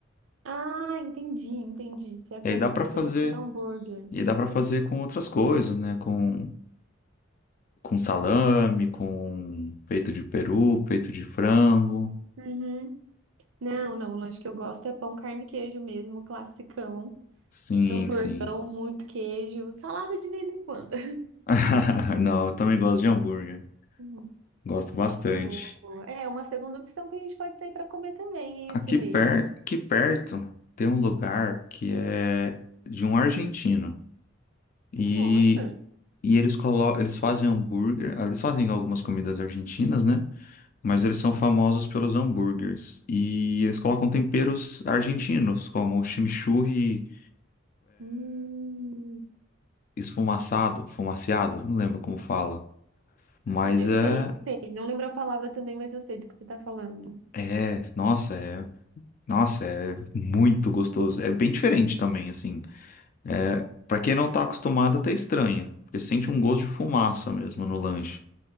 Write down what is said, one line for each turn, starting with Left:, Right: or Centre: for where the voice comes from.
Right: Ah, entendi, entendi. Se é com
Left: E aí dá
Right: hambúrguer
Left: pra fazer,
Right: ou sem hambúrguer.
Left: e dá para fazer com outras coisas, né? Com, com salame, com peito de peru, peito de frango.
Right: Uhum. Não, não, o lanche que eu gosto é pão, carne e queijo mesmo, classicão.
Left: Sim,
Right: Hamburgão,
Left: sim.
Right: muito queijo, salada de vez em quando. <laughs>
Left: <laughs> Não, eu também gosto de hambúrguer.
Right: Hum,
Left: Gosto bastante.
Right: Boa, boa. É uma segunda opção que a gente pode sair para comer também hein,
Left: Aqui
Right: esse mês.
Left: per, aqui perto tem um lugar que é de um argentino. E,
Right: Nossa.
Left: e eles colocam, eles fazem hambúrguer, ah, eles fazem algumas comidas argentinas, né? Mas eles são famosos pelos hambúrgueres. E eles colocam temperos argentinos, como o chimichurri
Right: Hum.
Left: esfumaçado, fumaciado, não lembro como fala. Mas
Right: Ah, eu
Left: é,
Right: sei, sei. Não lembro a palavra também, mas eu sei do que você está falando.
Left: é, nossa, é, nossa, é muito gostoso. É bem diferente também, assim. É, para quem não tá acostumado, até estranha, porque sente um gosto de fumaça mesmo no lanche.